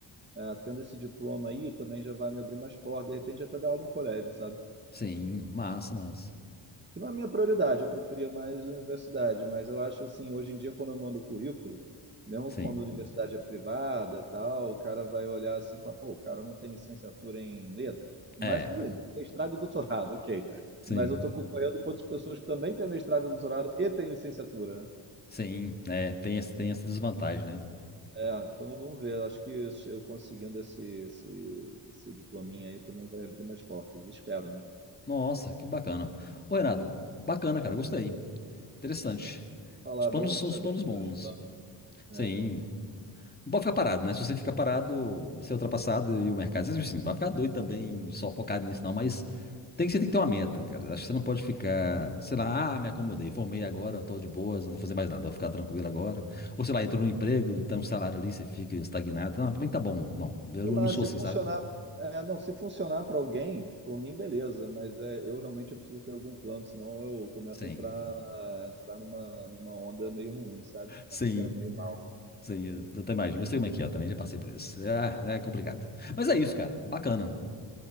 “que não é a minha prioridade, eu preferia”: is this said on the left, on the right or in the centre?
Right